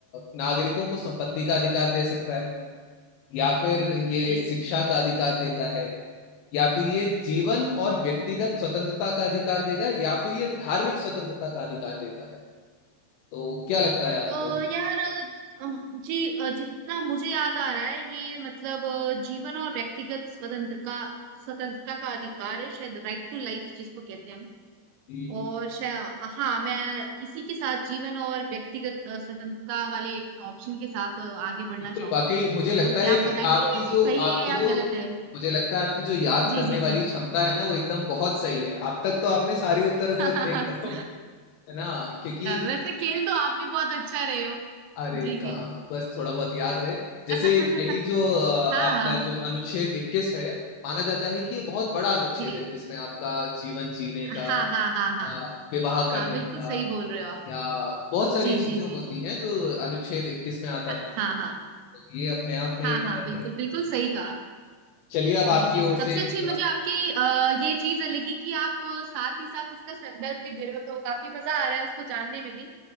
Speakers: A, on the left (about 75°); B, on the right (about 80°).
A: नागरिकों को संपत्ति का अधिकार दे सकता है या फिर ये
B: जी
A: शिक्षा का अधिकार देता है या फिर ये जीवन और व्यक्तिगत स्वतंत्रता का अधिकार देगा या फिर ये धार्मिक स्वतंत्रता का अधिकार देता है तो क्या लगता है आपको
B: अ,
A: ये?
B: यार अ, जी अ, जितना मुझे याद आ रहा है ये मतलब अ, जीवन और व्यक्तिगत स्वतंत्र का स्वतंत्रता का अधिकार है शायद राइट टू लाइफ जिसको कहते हैं हम
A: जी, जी।
B: और शायद हाँ मैं इसी के साथ जीवन और व्यक्तिगत अ, स्वतंत्रता वाले ऑप्शन के साथ अ, आगे बढ़ना
A: बिल्कुल
B: चाहूँ
A: वाकई मुझे लगता
B: तो
A: है
B: क्या आप
A: कि
B: बताएंगे
A: आपकी
B: ये
A: जो
B: सही
A: आपकी
B: है या
A: जो
B: गलत है
A: मुझे लगता है आपकी जो याद
B: जी
A: करने
B: जी
A: वाली
B: जी
A: क्षमता है ना वो एकदम बहुत सही है अब तक तो आपने सारी उत्तर
B: <laughs>
A: को एकदम है ना क्योंकि
B: वैसे खेल तो आप भी बहुत अच्छा रहे हो
A: अरे
B: जी जी
A: कहा बस थोड़ा बहुत याद है जैसे
B: <laughs>
A: यही जो अ,
B: हाँ
A: आपका
B: हाँ
A: जो अनुच्छेद 21 है माना जाता है कि ये बहुत बड़ा अनुच्छेद
B: जी
A: है जिसमें आपका जीवन जीने का
B: हाँ हाँ हाँ हाँ
A: अ, विवाह करने
B: हाँ बिल्कुल
A: का
B: सही बोल रहे हो आप
A: या बहुत सारी
B: जी
A: चीजें
B: जी जी
A: होती
B: जी
A: हैं जो अनुच्छेद 21 में आता
B: हाँ
A: है
B: हाँ
A: तो ये अपने आप में
B: हाँ
A: एक अलग
B: हाँ बिल्कुल
A: है
B: बिल्कुल सही कहा आप।
A: चलिए अब आपकी
B: जी जी सबसे
A: ओर से एक
B: अच्छी
A: सवाल
B: मुझे आपकी आ, ये चीज लगी कि आप अ, साथ ही साथ उसका संदर्भ भी दे रहे हो तो काफी मजा आ रहा है उसको जानने में भी